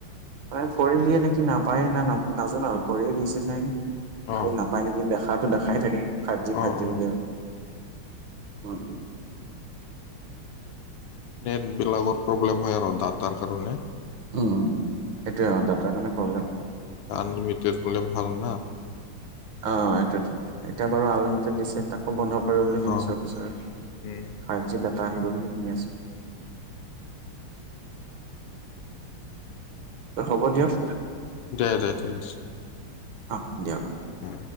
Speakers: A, on the right; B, on the left.
A: মানে কৰি দিয়ে নেকি নাপায় না নাপায় নাজানো আৰু কৰিয়ে দিছে চাগে। খালি
B: অ
A: নাপায় নেকি দেখাতটো দেখাই থাকে, ফাইভ জি
B: অ
A: ফাইভ জি
B: অ
A: বুলি আৰু উম।
B: নেটবিলাকৰ প্ৰব্লেম হয় আৰু ডাটাৰ কাৰণে।
A: উম, সেইটোয়ে দাটাৰ কাৰণে প্ৰব্লেম।
B: আনলিমিটেড হলে ভাল না।
A: অঁ, সেইটোৱে তো, এতিয়া বাৰু আনলিমিটেড দিছে। তাকো বন্ধ কৰিব বুলি শুনিছো,
B: অ
A: পিছত
B: উম
A: ফাইভ জি ডাটা আহিব বুলি শুনি আছো। ত হ'ব দিয়ক।
B: দে দে ঠিক আছে।
A: অঁ, দিয়ক।
B: উম